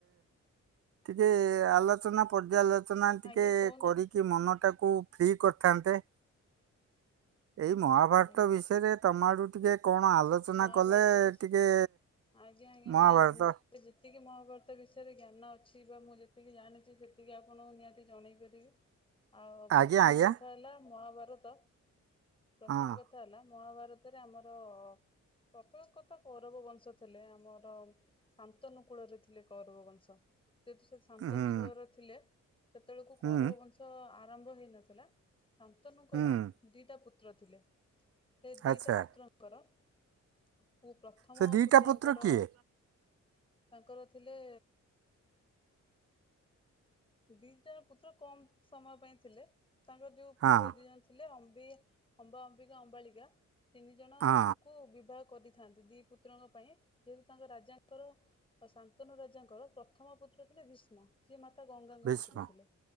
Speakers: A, on the right (about 55°); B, on the left (about 20°).
A: ଟିକଏ ଆଲୋଚନା ପର୍ଯ୍ୟାଲୋଚ ଚନା ଟିକେ
B: ଆଜ୍ଞା କହୁନାହାନ୍ତି
A: କରିକି ମନଟାକୁ। କୁ ଫ୍ରି କରିଥାନ୍ତେ। ଏଇ ମହାଭାରତ
B: ଆଜ୍ଞା
A: ବିଷୟରେ ତମାଡ଼ୁ ଟିକେ କଣ ଆଲୋଚନା
B: ମହାଭାରତ
A: କଲେ
B: ବି
A: ଟିକେ
B: ଆଜ୍ଞା ଆଜ୍ଞା
A: ମହାଭାରତ।
B: ନିହାତି ମୋ ଯେତିକି ମହାଭାରତ ବିଷୟରେ ଜ୍ଞାନ ଅଛି ବା ମୁଁ ଯେତିକି ଜାଣିଛି ସେତିକି ଆପଣଙ୍କୁ ନିହାତି ଜଣେଇ ପାରିବି। ଆଉ
A: ଆଜ୍ଞା
B: ପ୍ରଥମ
A: ଆଜ୍ଞା।
B: କଥା ହେଲା ମହା ବର ତ। ପ୍ରଥମ
A: ହଁ
B: କଥା ହେଲା ମହାଭାର ଭାରତରେ ଆମର। ପ୍ରଥମେ କଥା କୌରବ ବଂଶ ଥିଲେ ଆମର ଶାନ୍ତନୁ କୁଳରେ ଥିଲେ କୌରବ ବଂଶ ଯେହେତୁ ସେ ଶାନ୍ତନୁ
A: ହୁଁ।
B: କୂଳର ଥିଲେ। ସେତେବେଳକୁ କୌରବ
A: ହୁଁ
B: ବଂଶ ଆ ସେତେବେଳକୁ କୌରବ ଓ ପାଣ୍ଡବ ବଂଶର ଜନ୍ମ ହୋଇନଥିଲା। ଶାନ୍ତନୁଙ୍କର
A: ହୁଁ
B: ଦୀଟା ପୁତ୍ର ପୁତ୍ର ଥିଲେ। ସେ ଦିଟା
A: ଆଚ୍ଛା
B: ପୁତ୍ରଙ୍କର। <inaudible> ମୁଁ ପ୍ରଥମ
A: ସେ ଦିଟା
B: ପୁତ୍ରଙ୍କର
A: ପୁତ୍ର କିଏ?
B: ତାଙ୍କର ଥିଲେ। ଦି ଜଣ ପୁତ୍ର କମ୍ ସମୟ ପାଇଁ ଥିଲେ। ତାଙ୍କ ଯୋଉ ପୁତ୍ର
A: ହଁ।
B: ଦି ଜଣ ଥିଲେ ଅ ଅବି, ଅମ୍ବା, ଅମ୍ବିିକା, ଅମ୍ବାଳିକା। ତିନି ଜଣଙ୍କୁୁ
A: ହଁ।
B: ବିବାହ କରିଥିଲେ। ଥାନ୍ତି ଦି ପୁତ୍ରଙ୍କ ପାଇଁ ଯେହେତୁ ତାଙ୍କ ରାଜାଙ୍କର ଶାନ୍ତନୁ ରାଜାଙ୍କର ପ୍ରଥମ ପୁତ୍ର ଥିଲେ ଭୀଷ୍ମ ଯିଏ ମାତା ଗଙ୍ଗାଙ୍କ ଦୁଇଟି
A: ଭୀଷ୍ମ
B: ପୁତ୍ର ଥିଲେ।